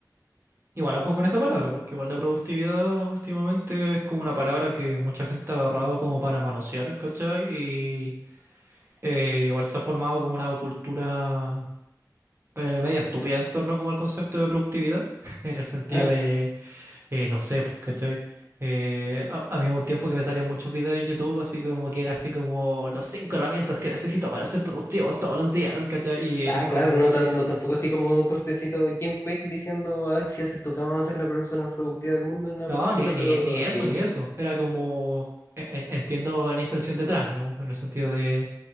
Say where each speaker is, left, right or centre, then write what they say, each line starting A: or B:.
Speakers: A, on the right (about 35°); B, on the left (about 35°).
A: igual, ojo con esa palabra, porque igual la productividad últimamente es como una palabra que mucha gente ha agarrado como para manosear, ¿cachai? Y eh, igual se ha formado como una cultura eh, media estúpida en torno como al concepto de productividad, <laughs> en el sentido
B: <laughs>
A: de, eh, no sé, pues, ¿cachai? Eh, a, a mí hubo un tiempo que me salían muchos videos en YouTube, así como que era así como las cinco herramientas que necesito para ser productivos todos los días, ¿cachai? Y eran
B: Ah,
A: como,
B: claro, no,
A: oye,
B: tan- no tampoco así como cortecito Jim Quick diciendo, ah, si haces tu cama vas a ser la persona más productiva del mundo, ni nada
A: No,
B: por el estilo,
A: ni, ni,
B: pero
A: ni eso,
B: sí.
A: ni eso. Era como, e- e- entiendo la intención detrás, ¿no? En el sentido de